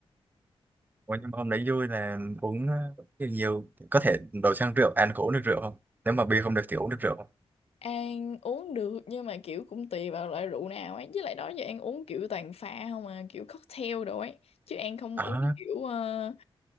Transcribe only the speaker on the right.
Ủa, nhưng mà hôm đấy vui là uống ờ, nhiều, nhiều có thể đổi sang rượu ăn có uống được rượu không nếu mà bia không được thì uống được rượu không
à